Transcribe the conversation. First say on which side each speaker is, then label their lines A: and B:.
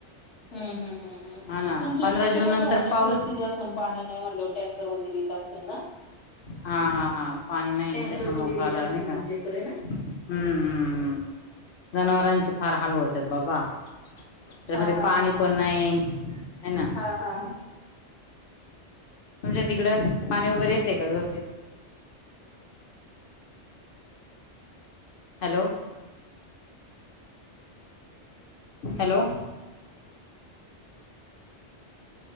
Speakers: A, on the left; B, on the left.
A: हु, हु,
B: हा ना
A: तुमच्या
B: पंधरा
A: इकडें खूपच
B: जून नंतर
A: भयानक
B: पाऊस
A: परिस्थिती असते. पाणी नाही म्हणलं वर, टँकर वगैरे येत असतील ना
B: हा हा हा पाणी नाही
A: टँकर
B: त्याच्यामुळे
A: वगैरे
B: बरं
A: येत असतील
B: नाही का.
A: तुमच्या इकडे ना
B: हु, हु, हु, जनावरांची फार हाल, होत्यात बाबा. त्यामध्ये
A: हा हा
B: पाणी
A: हा हा
B: पण नाही आहे ना.
A: हा हा हा
B: म्हणजे तिकडं पाणी वगैरे येते का व्यवस्थित. Hello hello